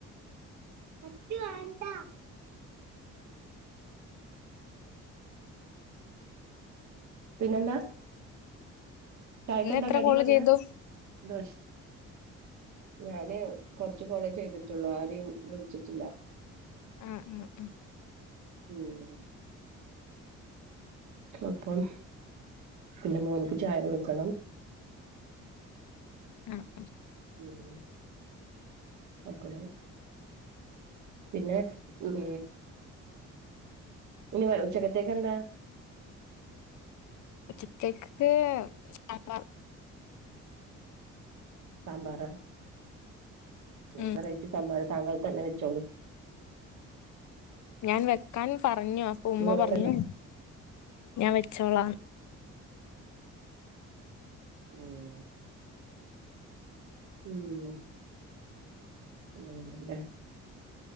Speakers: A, on the right; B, on the left.
A: ത്തി വേണ്ട പിന്നെന്താ ചായക്കെന്താ
B: ഇന്ന് എത്ര
A: കടി
B: കോള്
A: പറഞ്ഞേ
B: ചെയ്തു
A: ദോ ഞാന് കൊറച്ചു കോളേ ചെയ്തിട്ടുള്ളൂ ആര് വിളിച്ചിട്ടില്ല
B: ആഹ് ആഹ് ആഹ്
A: ഉം അപ്പം പിന്നെ മോനിക്ക് ചായ കൊടുക്കണം
B: ആഹ്
A: ഉം അപ്പഴ് പിന്നെ ഉം ഇനി ഉച്ചക്കത്തേക്കെന്താ
B: ഉച്ചത്തേക്ക് <unintelligible>
A: സാമ്പാറാ
B: ഉം
A: വെറൈറ്റി സാമ്പാർ താങ്കൾ തന്നെ വെച്ചോളി
B: ഞാൻ വെക്കാൻ പറഞ്ഞു അപ്പൊ ഉമ്മ
A: നിങ്ങൾക്കണ്ട
B: പറഞ്ഞു ഞാൻ വെച്ചോളാം
A: ആഹ് <unintelligible> ഉം അല്ലെ